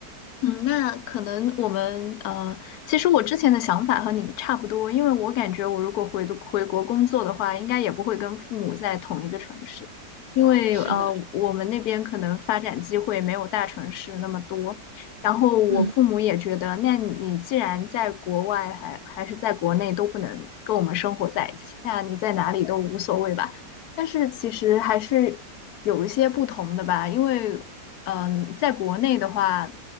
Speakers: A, on the left; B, on the right.
A: 嗯，那可能我们呃，其实我之前的想法和你差不多，因为我感觉我如果回的回国工作的话，应该也不会跟父母在同一个城市，因为呃，
B: 是的，
A: 我们那边可能发展机会没有大城市那么多。然后我父母也觉得，
B: 嗯，
A: 那你既然在国外还还是在国内都不能跟我们生活在一起，那你在哪里都无所谓吧。但是其实还是有一些不同的吧，因为。嗯，在国内的话，